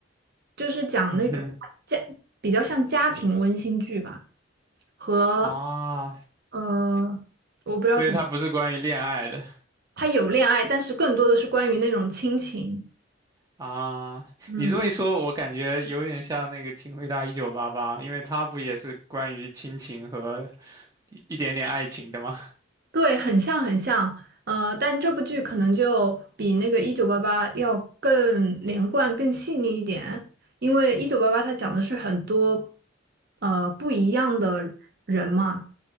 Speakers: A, on the right; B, on the right.
A: 就是讲那种家比较像家庭温馨剧吧，
B: <laughs> 嗯哼
A: 和
B: 啊
A: 呃，
B: <laughs>，
A: 我不知道怎么，
B: 所以它不是关于恋爱的。
A: 它有恋爱，但是更多的是关于那种亲情。
B: 啊，
A: 嗯，
B: 你这么一说，我感觉有点像那个《请回答一九八八》，因为它不也是关于亲情和一一点点爱情的吗？
A: 对，很像很像，呃，但这部剧可能就比那个《一九八八》要更连贯、更细腻一点，因为《一九八八》它讲的是很多呃不一样的人嘛，